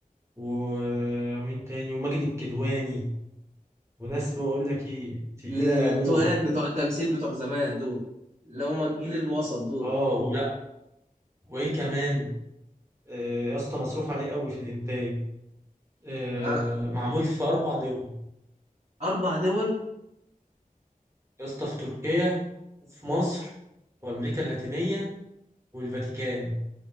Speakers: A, on the right; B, on the right.
A: ومين تاني وماجد الكدواني وناس بقول لك ايه تقيلة
B: التقال
A: موت
B: بتوع التمثيل بتوع زمان دول اللي هما الجيل الوسط دول
A: اه ولا وايه كمان آه، يا اسطى مصروف عليه قوي في الانتاج آه،
B: لا
A: معمول في اربع دول
B: اربع دول
A: يا اسطى في تركيا وفي مصر وامريكا اللاتينية والفاتيكان